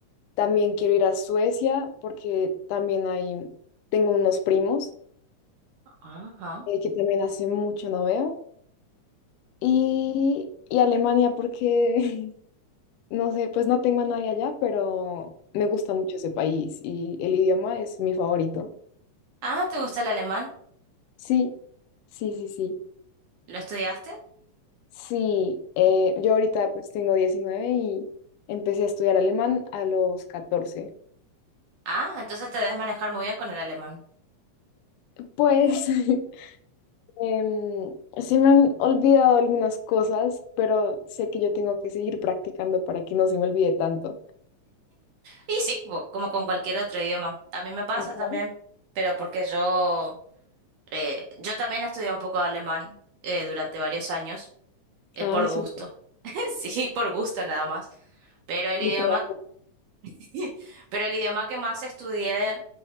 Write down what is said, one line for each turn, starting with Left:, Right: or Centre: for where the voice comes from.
Left: También quiero ir a Suecia porque también hay, tengo unos primos
Right: Ajá.
Left: eh, que también hace mucho no veo. Y, y Alemania porque, <laughs> no sé, pues no tengo a nadie allá, pero me gusta mucho ese país y el idioma es mi favorito.
Right: Ah, ¿te gusta el alemán?
Left: Sí, sí, sí, sí.
Right: ¿Lo estudiaste?
Left: Sí, eh, yo ahorita pues tengo 19 y empecé a estudiar alemán a los 14.
Right: Ah, entonces te debes manejar muy bien con el alemán.
Left: Pues <laughs> em, se me han olvidado algunas cosas, pero sé que yo tengo que seguir practicando para que no se me olvide tanto.
Right: Y sí, como como con cualquier otro idioma. A mí me pasa
Left: Ajá.
Right: también, pero porque yo Eh, yo también estudié un poco de alemán eh, durante varios años, eh,
Left: Ay,
Right: por gusto.
Left: supo.
Right: <laughs> Sí, por gusto nada más. Pero el
Left: Literal.
Right: idioma, <laughs> pero el idioma que más estudié,